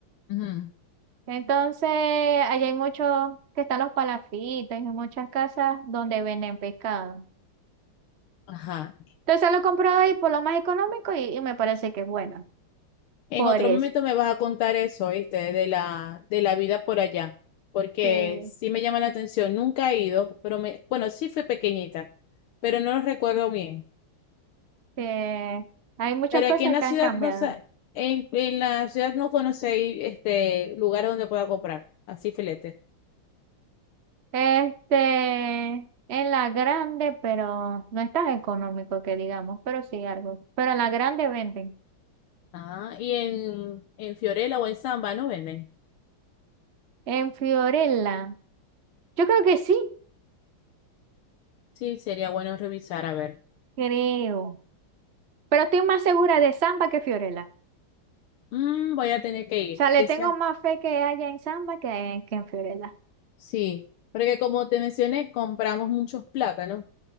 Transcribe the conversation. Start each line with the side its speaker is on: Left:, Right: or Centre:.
Left: Ujú.
Right: Entonces, allá hay muchos, que están los palafitos, y muchas casas donde venden pescado.
Left: Ajá.
Right: Entonces lo compro ahí por lo más económico y, y me parece que es bueno.
Left: En
Right: Por
Left: otro
Right: eso.
Left: momento me vas a contar eso, ¿viste? De la, de la vida por allá, porque
Right: Sí,
Left: sí me llama la atención. Nunca he ido, pero me, bueno, sí fui pequeñita, pero no lo recuerdo bien.
Right: sí. Hay muchas
Left: Pero
Right: cosas
Left: aquí en la
Right: que
Left: ciudad
Right: han cambiado.
Left: no sé, en, en la ciudad no conocí este lugar donde pueda comprar, así filete.
Right: Este, en la grande, pero no es tan económico que digamos, pero sí algo. Pero en la grande venden.
Left: Ah, y en, en Fiorella o en Samba no venden.
Right: En Fiorella, yo creo que sí,
Left: Sí, sería bueno revisar, a ver.
Right: creo. Pero estoy más segura de Samba que Fiorella.
Left: Mm, voy a tener que ir,
Right: O sea,
Left: porque
Right: le tengo
Left: sean,
Right: más fe que haya en Samba que, que en Fiorella.
Left: sí, porque como te mencioné, compramos muchos plátanos.